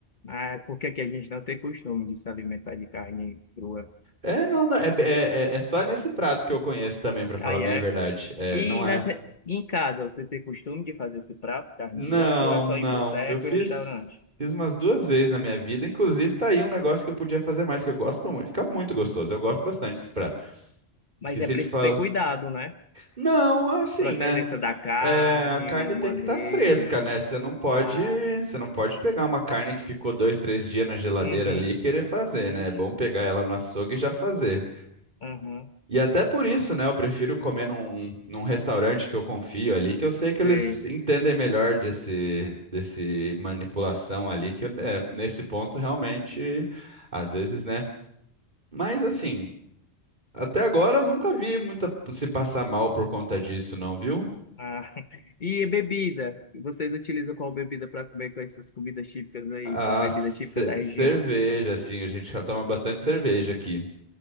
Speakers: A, on the left; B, on the right.
A: Ah, por que que a gente não tem costume de se alimentar de carne crua?
B: É, não, não, é, é, é é só nesse prato que eu conheço também, para falar
A: Aí
B: bem
A: é.
B: a verdade. É,
A: E
B: não é.
A: nas re- e em casa, você tem costume de fazer esse prato, carne
B: Não,
A: de osso, ou é só
B: não.
A: em boteco
B: Eu fiz,
A: e restaurante?
B: fiz umas duas vezes na minha vida. Inclusive, tá aí um negócio que eu podia fazer mais, que eu gosto muito. Fica muito gostoso. Eu gosto bastante desse prato.
A: Mas
B: Esqueci
A: é preciso
B: de falar.
A: ter cuidado, né?
B: Não, assim,
A: Procedência
B: né?
A: da carne,
B: É, a carne
A: o
B: tem
A: manejo.
B: que estar fresca, né? Você não pode,
A: Ah,
B: você não pode pegar uma carne que ficou dois, três dias na geladeira
A: uhum.
B: ali e querer fazer,
A: Vixe.
B: né? É bom pegar ela no açougue e já fazer.
A: Aham.
B: E até por isso, né? Eu prefiro comer num, num restaurante que eu confio ali, que eu sei
A: Sei.
B: que eles entendem melhor desse, desse manipulação ali, que é, nesse ponto realmente, às vezes, né? Mas assim, até agora eu nunca vi muita se passar mal por conta disso, não, viu?
A: Ah, <laughs> e bebida? Vocês utilizam qual bebida para comer com essas comidas típicas aí?
B: A
A: Uma bebida
B: ce-
A: típica da região.
B: cerveja, assim, a gente já toma bastante cerveja aqui.